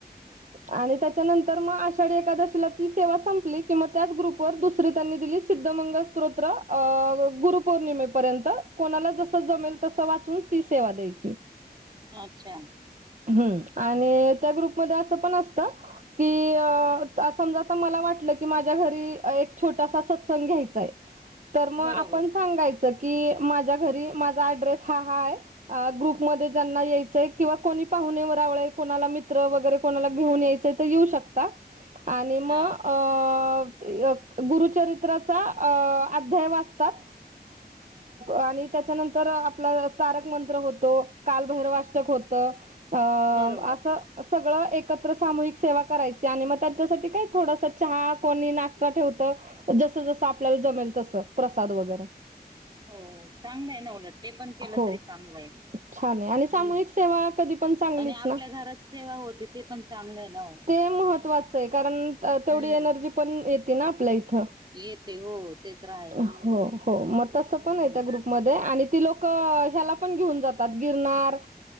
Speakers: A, on the right (about 50°); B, on the right (about 25°).
A: <inaudible> आणि त्याच्यानंतर मग आषाढी एकादशीला ती सेवा संपली किंवा त्याच ग्रुपवर दुसरी त्यांनी दिली सिद्ध मंगल स्त्रोत गुरुपौर्णिमेपर्यँत कोणाला जस जमेल तस वाचून ती सेवा द्यायची.
B: अच्छा!
A: हं! आणि त्या ग्रुपमध्ये असं पण असतं. की अस समजा, आता मला वाटलं की माझ्या घरी एक छोटासा सत्संग घ्यायचाय. तर मग
B: बरोबर
A: आपण सांगायचं की, माझ्या घरी माझा ऍड्रेस हा हा आहे. अ ग्रुपमध्ये ज्यांना यायचय किंवा कोणी पाहुणे व रावळे कोणाला मित्र वगैरे कोणाला घेऊन यायचय. तर येऊ शकता, आणि मग
B: हा
A: एक गुरुचरित्राचा अध्याय वाचतात, आणि त्याच्यानंतर आपला तारक मंत्र होतो. कालभैरवाष्टक होत. अं--असं
B: बरोबर
A: सगळं एकत्र सामूहिक सेवा करायची आणि मग त्यांच्यासाठी काही थोडस चहा कोणी, नाश्ता ठेवतं. जस जसं आपल्याला जमेल तसं, प्रसाद वगैरे
B: हो चांगलंय ना, उलट ते पण केलं
A: हो
B: तरी चांगलंय.
A: छान आहे आणि सामूहिक
B: हं
A: सेवा कधी पण चांगलीच
B: आणि आपल्या
A: ना
B: घरात सेवा होती, ते पण चांगलं आहे ना ओ.
A: ते महत्त्वाचं आहे, कारण तेवढी
B: हम्म
A: एनर्जी पण येते ना आपल्या इथं
B: येते हो. ते तर आहेच.
A: हो हो मग तसं
B: हम्म
A: पण आहे त्या ग्रुप मध्ये, आणि ती लोक ह्याला पण घेऊन जातात, गिरणार